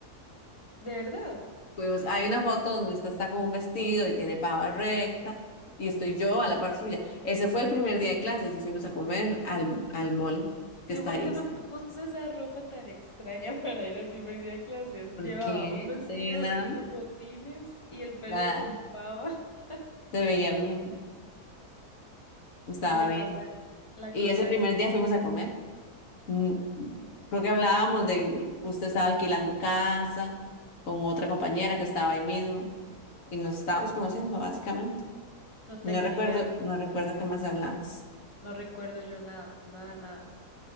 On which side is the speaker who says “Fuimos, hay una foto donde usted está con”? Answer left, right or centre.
Left